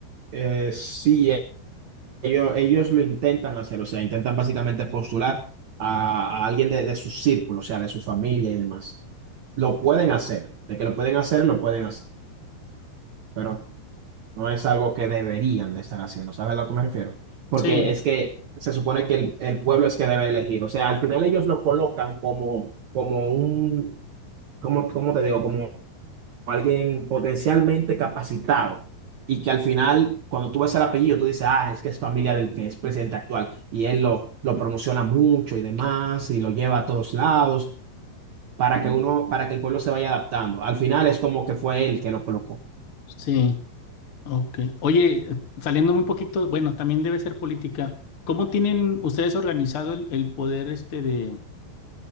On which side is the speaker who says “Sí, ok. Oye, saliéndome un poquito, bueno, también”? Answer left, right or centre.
Left